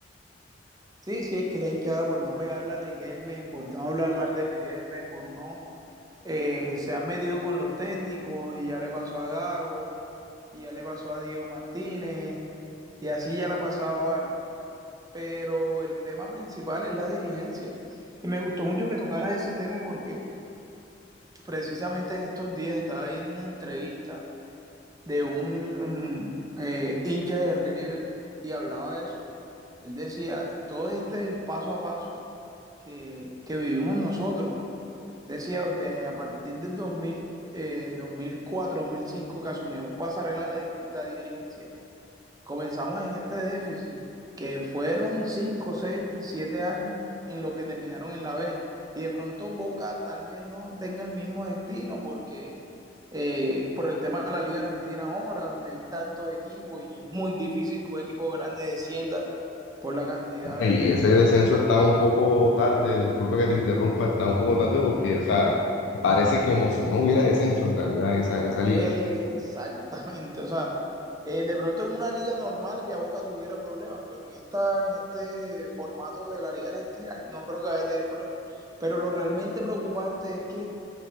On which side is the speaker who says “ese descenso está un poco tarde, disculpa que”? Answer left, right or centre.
Left